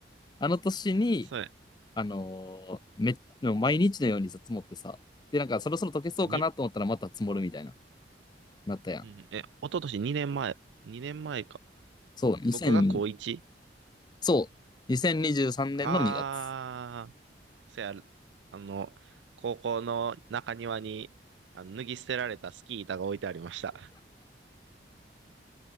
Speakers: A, on the left (about 25°); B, on the right (about 85°).
A: あの年に、
B: そうや
A: あのーめも毎日のようにさ、積もってさ。で、なんかそろそろ溶けそうかなと思ったらまた積もるみたいな、
B: に、
A: なったやん。
B: うん、え、一昨年2年前、2年前か。
A: そう、
B: 僕が高
A: 2000、
B: 1?
A: そう、2023年の2月。
B: あー、せや、あの、高校の中庭に、あの、脱ぎ捨てられたスキー板が置いてありました。